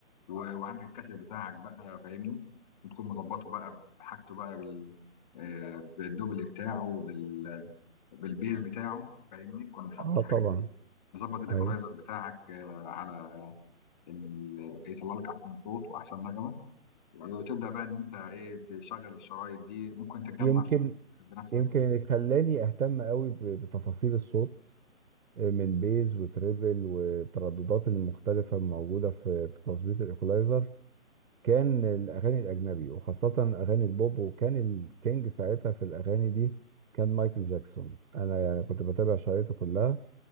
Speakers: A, on the left; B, on the right.
A: و... وعندك الكاسيت بتاعك بقى فاهمني وتكون مظبطه بقى بحاجته بقى بال آه، بالدوبل بتاعه بال... بالبيز بتاعه فاهمني تكون حافظ
B: اه
A: الحاجات
B: طبعا
A: دي مظبط الايكولايزر
B: ايوه
A: بتاعك آه، على ال... يطلع لك احسن صوت واحسن نغمه وتبدا بقى ان انت ايه تشغل الشرايط دي ممكن تجمع
B: يمكن
A: شريط بنفسك
B: يمكن اللي خلاني اهتم قوي ب- بتفاصيل الصوت آه، من بيز وتريبل والترددات المختلفه الموجوده في في تظبيط الايكولايزر كان الاغاني الاجنبي وخاصه اغاني البوب وكان الكينج ساعتها في الاغاني دي كان مايكل جاكسون انا يعني كنت بتابع شرايطه كلها